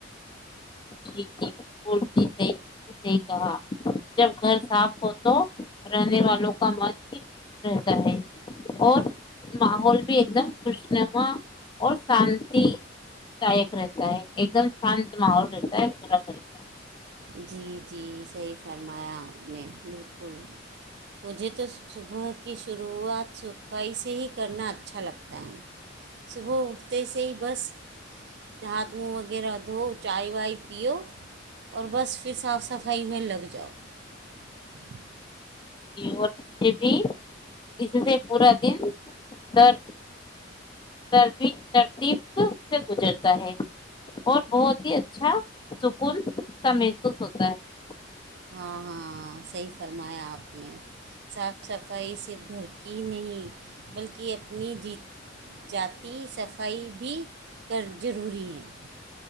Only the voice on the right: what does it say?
جی جی صحیح فرمایا آپ نے بالکل مجھے تو <unintelligible> صبح کی شروعات صفائی سے ہی کرنا اچھا لگتا ہے <unintelligible> صبح اٹھتے سے ہی بس ہات ونہ وغیرہ دھوؤ چائے وائے پیو <unintelligible> اور بس پھر صاف صفائی میں لگ جاؤ <unintelligible>
ہاں ہاں صحیح فرمایا آپ نے صاف صفائی صرف گھر کی نہیں بلکہ اپنی جی جاتی صفائی بھی کر ضروری ہے <unintelligible>